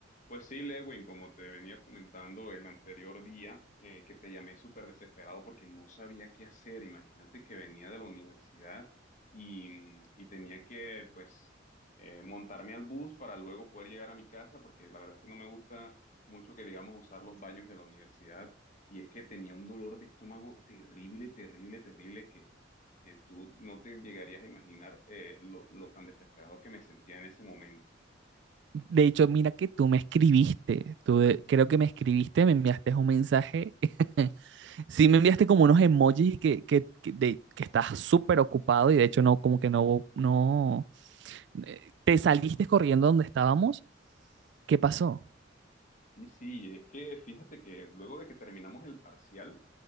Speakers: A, on the left; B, on the right.
A: Pues sí, Lewin, como te venía comentando el anterior día, eh, que te llamé súper desesperado porque no sabía qué hacer. Imagínate que venía de la universidad y, mm, y tenía que, pues, eh, montarme al bus para luego poder llegar a mi casa, porque la verdad es que no me gusta mucho que, digamos, usar los baños de la universidad. Y es que tenía un dolor de estómago terrible, terrible, terrible, que, que tú no te llegarías a imaginar eh, lo lo tan desesperado que me sentía en ese momento.
B: De hecho, mira que tú me escribiste, tú de- creo que me escribiste, me enviaste un mensaje, <laughs> sí me enviaste como unos emojis y que, que, que, de- que estás súper ocupado y de hecho no, como que no, no, eh, te saliste corriendo donde estábamos, ¿qué pasó?
A: Y sí, es que fíjate que luego de que terminamos el parcial,